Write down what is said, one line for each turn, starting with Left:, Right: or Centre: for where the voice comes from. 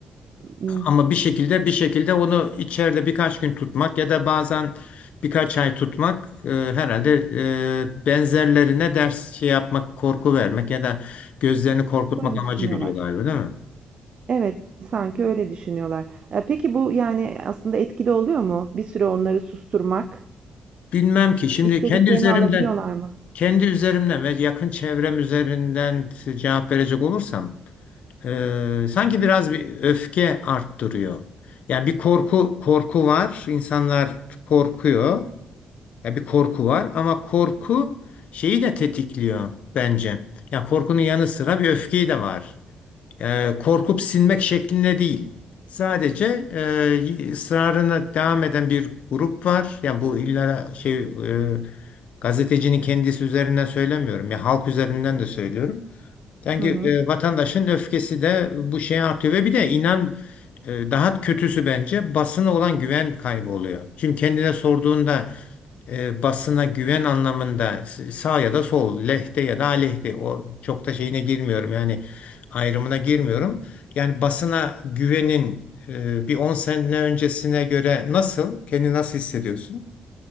Right: Imm,
Left: Ama bir şekilde bir şekilde onu içeride birkaç gün tutmak ya da bazen birkaç ay tutmak e, herhalde e, benzerlerine ders şey yapmak, korku vermek ya da gözlerini korkutmak
Right: böyle
Left: amacı
Right: düşünüyorlar.
Left: gidiyor galiba, değil mi?
Right: Evet, sanki öyle düşünüyorlar. Eee, peki bu, yani, aslında etkili oluyor mu? Bir süre onları susturmak,
Left: Bilmem ki şimdi
Right: istediklerini
Left: kendi üzerimden
Right: alabiliyorlar mı?
Left: kendi üzerimden ve yakın çevrem üzerinden cevap verecek olursam e, sanki biraz bir öfke arttırıyor. Yani bir korku korku var. İnsanlar korkuyor. Ya bir korku var ama korku şeyi de tetikliyor bence. Ya korkunun yanı sıra bir öfkeyi de var e, korkup sinmek şeklinde değil. Sadece e, ısrarına devam eden bir grup var. Yani bu illa şey e, gazetecinin kendisi üzerinden söylemiyorum. Ya halk üzerinden de söylüyorum. Sanki
Right: Hı hı.
Left: e, vatandaşın öfkesi de bu şeye artıyor ve bir de inan e, daha kötüsü bence basına olan güven kaybı oluyor. Şimdi kendine sorduğunda e, basına güven anlamında s- sağ ya da sol, lehte ya da aleyhte o çok da şeyine girmiyorum yani ayrımına girmiyorum. Yani basına güvenin e, bir 10 sene öncesine göre nasıl, kendini nasıl hissediyorsun?